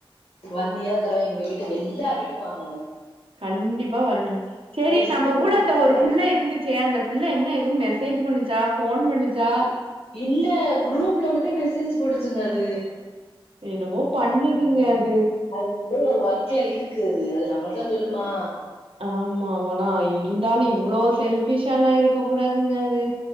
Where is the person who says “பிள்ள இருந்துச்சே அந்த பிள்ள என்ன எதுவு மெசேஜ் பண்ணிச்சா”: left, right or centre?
Right